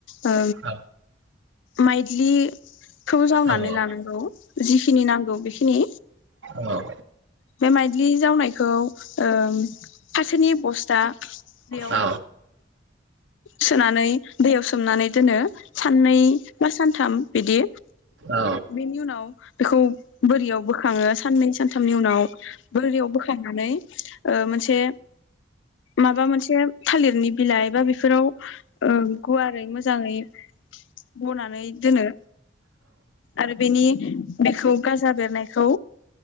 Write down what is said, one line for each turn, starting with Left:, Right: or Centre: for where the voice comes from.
Left: ओ
Right: औ
Left: माइदिलि खौ जावनानै
Right: औ
Left: लानांगौ। जिखिनि नांगौ बेखिनि
Right: औ
Left: बे माइदलि जावनायख खौ ओम फाथोनि बस्था बेयाव
Right: औ
Left: सोनानै बे दैयाव सोमनानै दोनो साननै बा सानथाम बेदि
Right: औ
Left: बेनि उनाव बेखौ बोरियाव बोखाङो साननै सानथामनि उनाव बोरियाव बोखांनानै ओ मोनसे माबा मोनसे थालिरनि बिलाइ बा बिफ फोराव ओं गुवारै मोजाङै बनानै दोनो आरो बेनि बेखौ गाजा बेरनायखौ